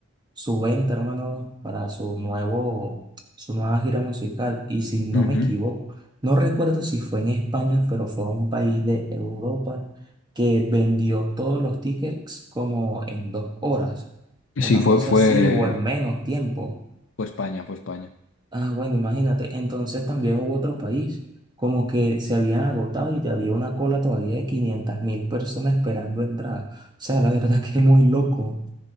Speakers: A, on the right (about 20°); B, on the left (about 70°).
A: su venta, hermano, para su nuevo, su nueva gira musical. Y si no
B: Ujú.
A: me equivoco, no recuerdo si fue en España, pero fue a un país de Europa que vendió todos los tickets como en dos horas.
B: Sí,
A: Una
B: fue,
A: cosa
B: fue,
A: así o en menos tiempo.
B: fue España, fue España.
A: Ah, bueno, imagínate. Entonces también hubo otro país, como que se habían agotado y había una cola todavía de quinientas mil personas esperando entrar. O sea, la verdad <laughs> que es muy loco.